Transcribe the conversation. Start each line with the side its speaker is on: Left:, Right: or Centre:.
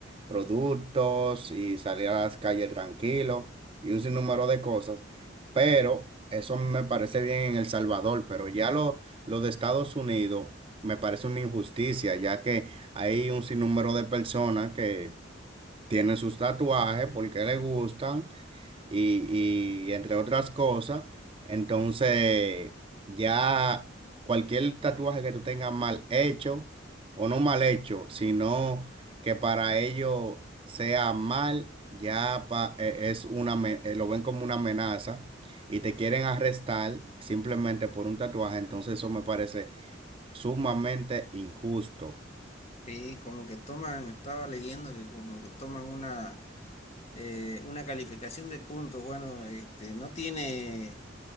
Right: productos y salir a las calles tranquilos y un sinnúmero de cosas. Pero eso me parece bien en El Salvador, pero ya lo, lo de Estados Unidos me parece una injusticia, ya que hay un sinnúmero de personas que tienen sus tatuajes porque les gustan y, y entre otras cosas. Entonces, ya cualquier tatuaje que tú tengas mal hecho o no mal hecho, sino que para ellos sea mal, ya pa- e- es una, ame- eh, lo ven como una amenaza y te quieren arrestar simplemente por un tatuaje. Entonces, eso me parece sumamente injusto.
Left: Sí, como que toman, estaba leyendo que como que toman una eh, una calificación de puntos. Bueno, este, no tiene,